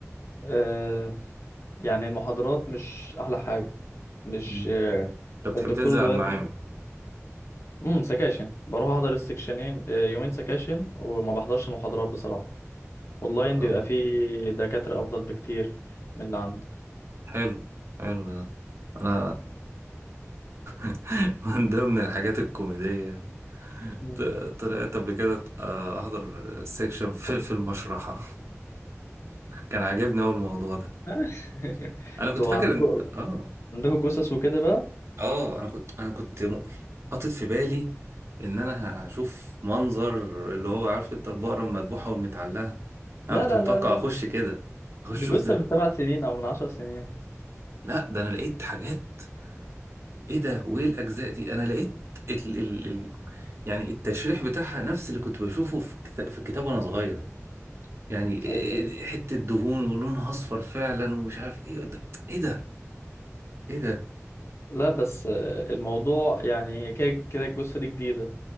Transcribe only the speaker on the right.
مم.
انت بتحب
تنزل
على المعامل
اه
حلو حلو ده انا <laughs> من ضمن الحاجات الكوميديه
ط- طلعت قبل كده آه، احضر سيكشن في في المشرحه <laughs> كان عاجبني اول الموضوع ده
انا
كنت فاكر
ان اه
اه انا كنت انا كنت م- حاطط في بالي ان انا ه- هشوف منظر اللي هو عارف انت البقرة المذبوحة والمتعلقة انا
كنت
متوقع
اخش كده اخش
اشوف
ده
لا ده انا لقيت حاجات ايه ده وايه الاجزاء دي انا لقيت ال ال ال يعني التشريح بتاعها نفس اللي كنت بشوفه في كتاب في الكتاب وانا صغير يعني إيه-
حتة دهون ولونها اصفر فعلا ومش عارف ايه ده ايه ده ايه ده